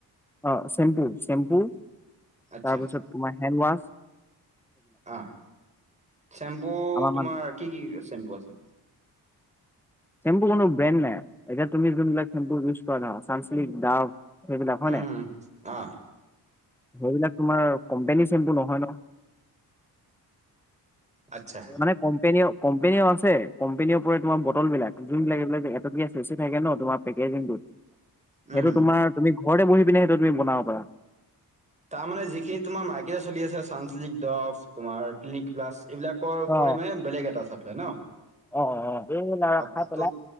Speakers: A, in the centre; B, on the right.
A: অ, চেম্পু, চেম্পু
B: আচ্ছা
A: তাৰপিছত তোমাৰ হেণ্ড ৱাচ
B: অ, চেম্পু
A: আমাৰ
B: তোমাৰ
A: মানে
B: কি, কি চেম্পু আছে?
A: চেম্পু কোনো ব্ৰেণ্ড নাই। এতিয়া তুমি যোনবিলাক চেম্পু ইউজ কৰা ধৰা সংসিলিক, দাৱ সেইবিলাক হয়
B: উম
A: নাই
B: হুম অ
A: সেইবিলাক তোমাৰ কোম্পানীৰ চেম্পটো নহয় ন
B: আচ্ছা
A: মানে কম্পেনী, কম্পেনীও আছে, কোম্পেনীৰ ওপৰে তোমাৰ বটল বিলাক যোনবিলাক এইবিলাক এটকীয়া থাকে ন, তোমাৰ পেকেজিংটোত
B: উম
A: সেইটো তোমাৰ তুমি ঘৰতে বহি পিনে সেইটো তুমি বনাব পাৰা।
B: তাৰমানানে যিখিনি তোমাৰ মাৰ্কেটে চলি আছে চান্লিক, ডৱ তোমাৰ ক্লিনিক প্লাছ এইবিলাক
A: অ
B: পৰিমাণে বেলেগ এটা ছাপ্লাই ন
A: অ', অ', অ', এই ন
B: অ
A: খাটেল
B: ত